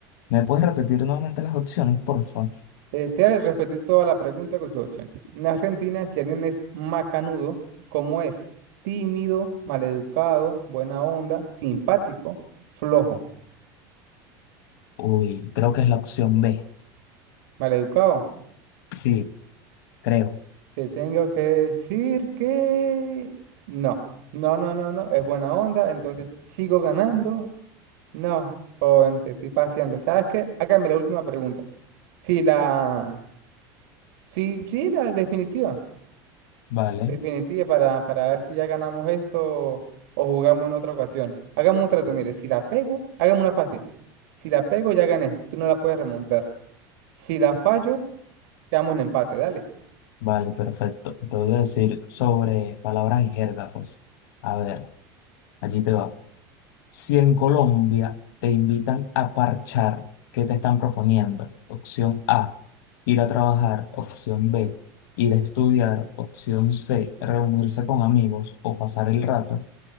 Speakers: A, on the left (about 75°); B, on the right (about 75°).
A: ¿Me puedes repetir nuevamente las opciones, por favor?
B: Este, repetir toda la pregunta con sus opciones. En Argentina, si alguien es macanudo, ¿cómo es? Tímido, maleducado, buena onda, simpático, flojo,
A: Uy, creo que es la opción B.
B: maleducado.
A: Sí, creo.
B: Te tengo que decir que no, no, no, no, no, es buena onda, entonces sigo ganando. No, joven, te estoy paseando. ¿Sabes qué? Hágame la última pregunta. Si la, sí, sí, la definitiva.
A: Vale,
B: Definitiva para, para ver si ya ganamos esto o jugamos en otra ocasión. Hagamos un trato, mire, si la pego, hagamos una fácil. Si la pego, ya gané, tú no la puedes remontar. Si la fallo, quedamos en empate, dale.
A: vale, perfecto. Te voy a decir sobre palabras y jerga, pues. A ver, allí te va. Si en Colombia te invitan a parchar, ¿qué te están proponiendo? Opción A, ir a trabajar. Opción B, ir a estudiar. Opción C, reunirse con amigos o pasar el rato.